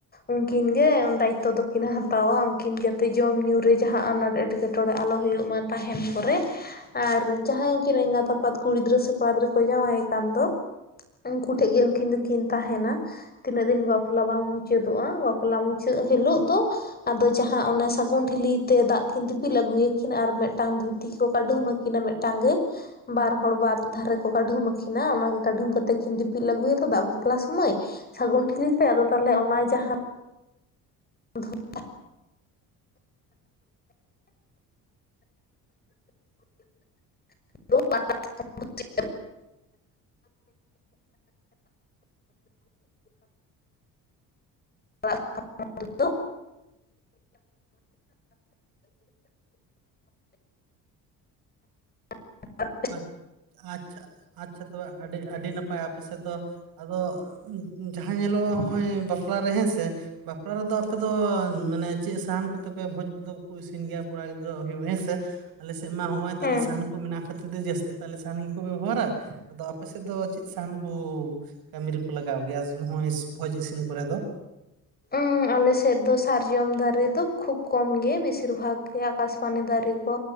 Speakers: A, on the left; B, on the right.
A: ᱩᱱᱠᱤᱱ ᱜᱮ ᱫᱟᱭᱤᱛᱛᱚ ᱫᱚᱠᱤᱱ ᱦᱟᱛᱟᱣᱟ ᱩᱱᱠᱤᱱ ᱡᱟᱛᱮ ᱡᱚᱢ ᱧᱩ ᱨᱮ ᱡᱟᱦᱟᱸ ᱟᱱᱟᱴ ᱮᱸᱴᱠᱮᱴ ᱴᱚᱬᱮ ᱟᱞᱚ ᱦᱩᱭᱩᱜ ᱢᱟ ᱛᱟᱦᱮᱱ ᱯᱚᱨᱮ ᱟᱨ ᱡᱟᱦᱟᱸᱭ ᱩᱱᱠᱤᱱ ᱮᱸᱜᱟᱛ ᱟᱯᱟᱛ ᱠᱩᱲᱤ ᱜᱤᱫᱽᱨᱟᱹ ᱥᱮ ᱠᱚᱲᱟ ᱜᱤᱫᱽᱨᱟᱹ ᱠᱚ ᱡᱟᱶᱟᱭᱮ ᱠᱟᱱ ᱫᱚ᱾ ᱩᱱᱠᱩ ᱴᱷᱮᱡ ᱜᱮ ᱩᱱᱠᱤᱱ ᱫᱚᱠᱤᱱ ᱛᱟᱦᱮᱱᱟ᱾ ᱛᱤᱱᱟᱹᱜ ᱫᱤᱱ ᱵᱟᱯᱞᱟ ᱵᱟᱝ ᱢᱩᱪᱟᱹᱫᱟᱜ-ᱟ᱾ ᱵᱟᱯᱞᱟ ᱢᱩᱪᱟᱹᱫ ᱦᱤᱞᱳᱜ ᱫᱚ ᱟᱫᱚ ᱡᱟᱦᱟᱸ ᱚᱱᱮ ᱥᱟᱹᱜᱩᱱ ᱴᱷᱤᱞᱤ ᱛᱮ ᱫᱟᱜ ᱠᱤᱱ ᱫᱤᱯᱤᱞ ᱟᱹᱜᱩᱭᱟᱹᱠᱤᱱ ᱟᱨ ᱢᱤᱫᱴᱟᱝ ᱫᱷᱩᱛ ᱛᱤ ᱠᱚ ᱠᱟᱹᱰᱩᱢ ᱟᱹᱠᱤᱱᱟ ᱢᱤᱫᱴᱟᱝ ᱜᱮ᱾ ᱵᱟᱨ ᱦᱚᱲ ᱵᱟᱨ ᱫᱷᱟᱨᱮ ᱠᱚ ᱠᱟᱹᱰᱷᱩᱢ ᱟᱹᱠᱤᱱᱟ, ᱚᱱᱟ ᱜᱮ ᱠᱟᱹᱰᱩᱢ ᱠᱟᱛᱮ ᱠᱤᱱ ᱫᱤᱯᱤᱞ ᱟᱹᱜᱩᱭᱟᱛᱚ ᱫᱟᱜ ᱵᱟᱯᱞᱟ ᱥᱚᱢᱚᱭ᱾ ᱥᱟᱹᱜᱩᱱ ᱴᱷᱤᱞᱤ ᱛᱮ ᱟᱫᱚ ᱛᱟᱦᱚᱞᱮ ᱚᱱᱟ ᱡᱟᱦᱟᱸ ᱫᱷᱚᱛ <inaudible> <inaudible> <inaudible>
B: ᱟ ᱟᱪᱪᱷᱟ ᱟᱪᱪᱷᱟ ᱛᱚᱵᱮ ᱟᱹᱰᱤ ᱟᱹᱰᱤ ᱱᱟᱯᱟᱭ ᱟᱯᱮ ᱥᱮᱫ ᱫᱚ᱾ ᱟᱫᱚᱻ ᱡᱟᱦᱟᱸ ᱧᱮᱞᱚᱜ-ᱟ ᱦᱚᱸᱜᱼ ᱚᱭ ᱵᱟᱯᱞᱟᱨᱮ ᱦᱮᱸᱥᱮ, ᱵᱟᱯᱞᱟ ᱨᱮᱫᱚ ᱟᱯᱮ ᱫᱚᱻ ᱢᱟᱱᱮ ᱪᱮᱫ ᱥᱟᱦᱟᱱ ᱠᱚᱛᱮ ᱯᱮ ᱵᱷᱳᱡᱽ ᱠᱚᱫᱚ ᱠᱚ ᱤᱥᱤᱱ ᱜᱮᱭᱟ ᱠᱚᱲᱟ ᱜᱤᱫᱽᱨᱟᱹ ᱦᱩᱭᱩᱜ ᱦᱮᱸᱥᱮ ᱟᱞᱮ ᱥᱮᱫ ᱢᱟ ᱦᱚᱸᱜ ᱚᱭ
A: ᱦᱮᱸ
B: ᱛᱟᱞᱮ ᱥᱟᱦᱟᱱ
A: ᱦᱮᱸ
B: ᱠᱚ ᱢᱮᱱᱟᱜ-ᱟ᱾ ᱠᱷᱟᱹᱛᱤᱨ ᱛᱮ ᱡᱟᱹᱥᱛᱤ ᱛᱟᱞᱮ ᱥᱟᱦᱟᱱ ᱜᱮᱠᱚ ᱵᱮᱵᱚᱦᱟᱨᱟ᱾ ᱟᱫᱚ ᱟᱯᱮ ᱥᱮᱫ ᱫᱚ ᱪᱮᱫ ᱥᱟᱦᱟᱱ ᱠᱚᱻ ᱠᱟᱹᱢᱤ ᱨᱮᱠᱚ ᱞᱟᱜᱟᱣ ᱜᱮᱭᱟ ᱱᱚᱜᱼᱚᱭ ᱵᱷᱚᱡᱽ ᱤᱥᱤᱱ ᱠᱚᱨᱮ ᱫᱚ?
A: ᱩᱸ ᱟᱞᱮ ᱥᱮᱫ ᱫᱚ ᱥᱟᱨᱡᱚᱢ ᱫᱟᱨᱮ ᱫᱚ ᱠᱷᱩᱵ ᱠᱚᱢ ᱜᱮ ᱵᱮᱥᱤᱨ ᱵᱷᱟᱜᱽ ᱮ ᱟᱠᱟᱥ ᱵᱟᱱᱤ ᱫᱟᱨᱤ ᱠᱚ᱾